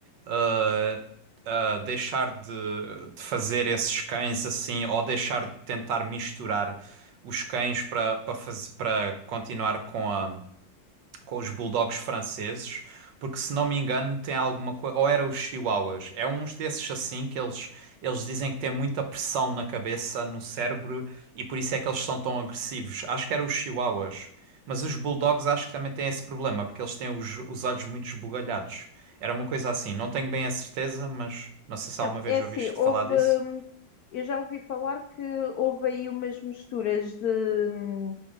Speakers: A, on the right; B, on the left.
A: ah, ah, deixar de, de fazer esses cães assim, ou deixar de tentar misturar os cães para para faz- para continuar com a. com os bulldogs franceses, porque se não me engano tem alguma coisa, ou era os chihuahuas, é uns desses assim que eles eles dizem que tem muita pressão na cabeça, no cérebro e por isso é que eles são tão agressivos. Acho que eram os chihuahuas, mas os bulldogs acho que também têm esse problema, porque eles têm os, os olhos muito esbugalhados. Era uma coisa assim, não tenho bem a certeza, mas não sei se
B: Não,
A: alguma vez
B: é assim,
A: ouviste
B: houve.
A: falar disso.
B: hum, Eu já ouvi falar que houve aí umas misturas de, hum,